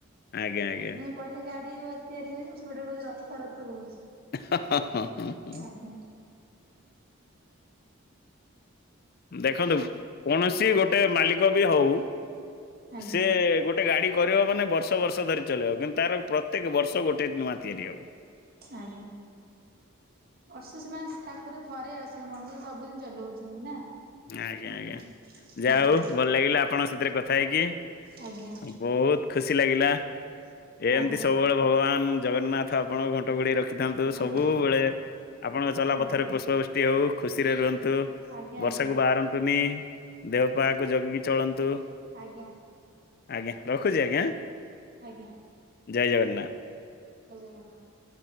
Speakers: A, on the left; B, on the right.
A: ଆଜ୍ଞା ଆଜ୍ଞା।
B: କହିଲେ ଗାଡି ତିଆରି ହଉଛି ମୁ ସେବେଠାରୁ କହୁଛି ରଥ ରଥ କହୁଛି।
A: ହ ହଁ ହଁ। ହଁ ହଁ।
B: ଆଜ୍ଞା।
A: ଦେଖନ୍ତୁ କୌଣସି ଗୋଟେ ମାଲିକ ବି ହଉ
B: ଆଜ୍ଞା
A: ସେ ଗୋଟେ ଗୋଟେ ଗାଡି କରିବ ମାନେ ବର୍ଷ ବର୍ଷ ଧରି ଚେଇବ କିନ୍ତୁ ତାର ପ୍ରତ୍ୟେକ ବର୍ଷ ଗୋଟେ ନୂଆ ତିଆରି ହବ।
B: ଆଜ୍ଞା ବର୍ଷୁ ସେ ମା ଠାକୁର ତ ଥରେ ଆସୁଛି ମଣିଷ ସବୁଦିନ ଚଲାଉଛନ୍ତି ନା।
A: ଆଜ୍ଞା
B: ହୁଁ
A: ଆଜ୍ଞା ଯା
B: ଆଜ୍ଞା
A: ହଉ ଭଲ ଲାଗିଲା ଆପଣଙ୍କ ସାଥିରେ କଥା ହେଇକି।
B: ଆଜ୍ଞା
A: ବହୁତ ଖୁସି ଲାଗିଲା ଏମିତି
B: ଆଜ୍ଞା
A: ସବୁବେଳେ ଭଗବାନ ଜଗନ୍ନାଥ ଆପଣଙ୍କ ଘଟ ଘଣ୍ଟ ଗୋଡେଇ ରଖିଥାନ୍ତୁ ସବୁବେଳେ
B: ଆଜ୍ଞା
A: ଆପଣଙ୍କ ଚଲା
B: ଆଜ୍ଞା। ଆଜ୍ଞା
A: ପଥରେ ପୁଷ୍ପବୃଷ୍ଟି ହଉ ଖୁସିରେ ରୁହନ୍ତୁ।
B: ଆଜ୍ଞା
A: ବର୍ଷାକୁ
B: ଆଜ୍ଞା
A: ବାହାରନ୍ତୁନି ଦେହ ପାକୁ ଜଗିକି ଚଳନ୍ତୁ?
B: ଆଜ୍ଞା
A: ଆଜ୍ଞା ରଖୁଛି ଆଜ୍ଞା।
B: ଆଜ୍ଞା।
A: ଜୟ ଜଗନ୍ନାଥ।
B: ଜୟ ଜଗନ୍ନାଥ।